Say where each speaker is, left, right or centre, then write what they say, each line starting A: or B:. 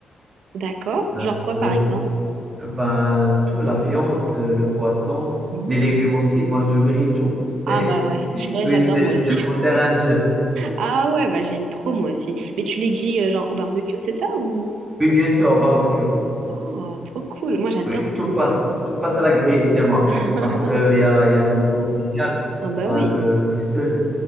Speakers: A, on the right; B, on the right.
A: D'accord? Genre
B: Ben,
A: quoi
B: oui,
A: par exemple?
B: c'est- ben, tout, la viande, euh, le poisson,
A: Mhm.
B: les légumes aussi. Moi, je grille tout. C'est,
A: Ah bah ouais,
B: <laughs>
A: je suis là,
B: oui,
A: j'adore
B: c'est
A: moi aussi.
B: c'est mon
A: <laughs>
B: terrain de jeu.
A: Ah ouais, bah j'aime trop moi aussi. Mais tu les grilles euh, genre au barbecue, c'est ça ou
B: Oui, bien sûr, au barbecue.
A: Oh, trop cool. Moi j'adore
B: Oui,
A: aussi
B: tout passe.
A: euh,
B: Tout passe à la grille chez moi.
A: <laughs>
B: Parce qu'il y a, y a un goût qui est spécial
A: Ah bah
B: ben,
A: oui.
B: que, que seul